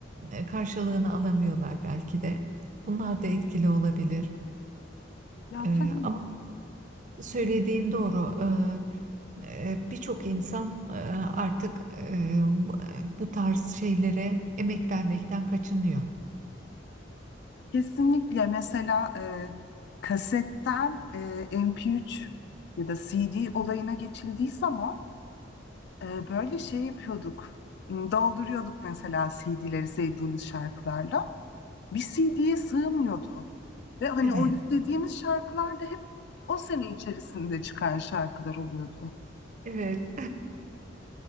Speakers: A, on the right; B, on the left.
A: e, karşılığını alamıyorlar belki de. Bunlar da etkili olabilir.
B: Ya
A: E,
B: tabii
A: ama
B: ki,
A: söylediğin doğru. E, e, birçok insan e, artık e, bu bu tarz şeylere emek vermekten kaçınıyor.
B: kesinlikle mesela e, kasetten e, MP3 ya da CD olayına geçildiği zaman Ee, böyle şey yapıyorduk. m, Dolduruyorduk mesela CD'leri sevdiğimiz şarkılarla. Bir CD'ye sığmıyordu. Ve hani
A: Evet,
B: o yüklediğimiz şarkılar da hep o sene içerisinde çıkan şarkılar oluyordu.
A: evet.